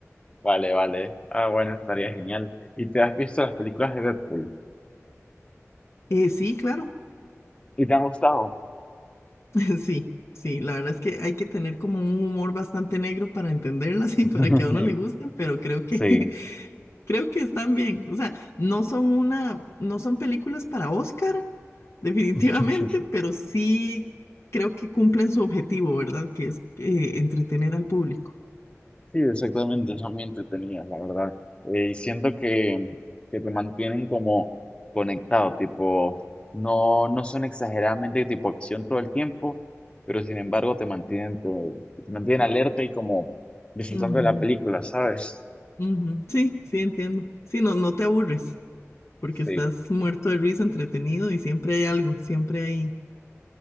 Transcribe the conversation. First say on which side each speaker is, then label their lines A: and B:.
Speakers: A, on the left; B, on the left.
A: Vale, vale. Ah, bueno, estaría genial. ¿Y te has visto las películas de Deadpool?
B: Eh, sí, claro,
A: ¿Y te han gustado?
B: <laughs> sí, sí. La verdad es que hay que tener como un humor bastante negro para entenderlas y
A: <laughs>
B: para que a uno le gusten, pero creo que
A: Sí.
B: creo que están bien. O sea, no son una, no son películas para Oscar, <laughs> definitivamente,
A: <laughs>
B: pero sí creo que cumplen su objetivo, ¿verdad? Que es eh, entretener al público.
A: Sí, exactamente, son muy entretenidas, la verdad. Eh, y siento que, que te mantienen como conectado, tipo, no, no son exageradamente tipo acción todo el tiempo, pero sin embargo te mantienen, todo- te mantienen alerta y como disfrutando
B: Ujú,
A: de la película, ¿sabes?
B: ujú. Sí, sí, entiendo. Sí, no, no te aburres, porque estás
A: Sí,
B: muerto de risa, entretenido y siempre hay algo, siempre hay,